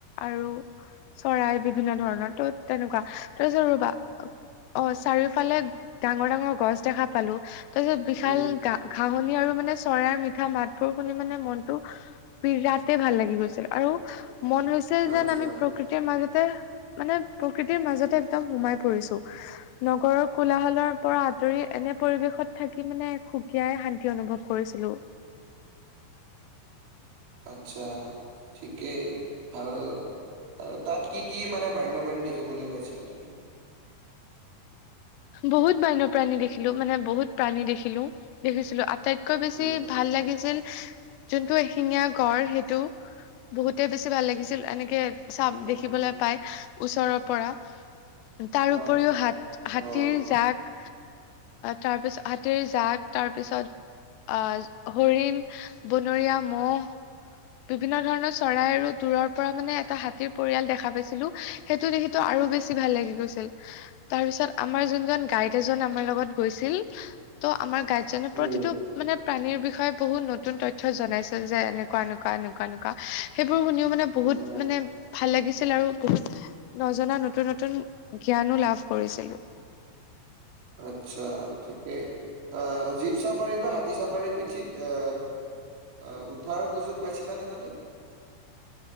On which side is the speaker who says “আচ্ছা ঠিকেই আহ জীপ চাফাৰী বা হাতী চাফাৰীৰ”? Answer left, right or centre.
Right